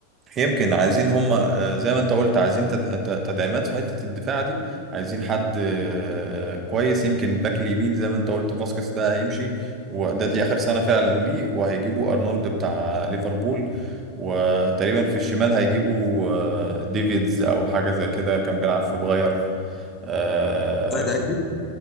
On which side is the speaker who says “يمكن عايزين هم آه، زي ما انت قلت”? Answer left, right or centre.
Right